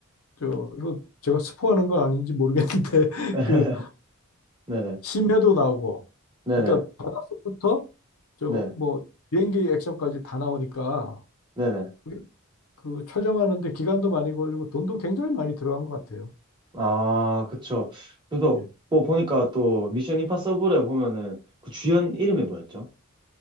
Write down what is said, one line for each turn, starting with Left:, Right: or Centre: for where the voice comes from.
Left: 저 이거 제가 스포하는 거 아닌지 모르겠는데 <laughs>
Right: <laughs>
Left: 그
Right: 네네.
Left: 심해도 나오고,
Right: 네네.
Left: 그러니까 바닷속부터 저
Right: 네,
Left: 뭐 비행기 액션까지 다 나오니까
Right: 네네.
Left: 그게 그 촬영하는데 기간도 많이 걸리고 돈도 굉장히 많이 들어간 것 같아요.
Right: 아, 그쵸. 그래서
Left: 예.
Right: 뭐 보니까 또 미션 임파서블에 보면은 그 주연 이름이 뭐였죠?